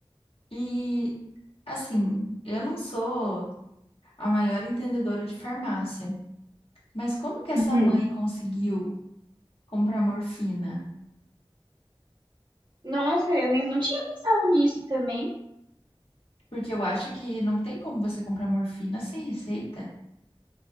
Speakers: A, on the left; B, on the right.
A: E, assim, eu não sou a maior entendedora de farmácia, mas como que essa
B: Uhum.
A: mãe conseguiu comprar morfina?
B: Nossa, eu nem não tinha pensado nisso também.
A: Porque eu acho que não tem como você comprar morfina sem receita.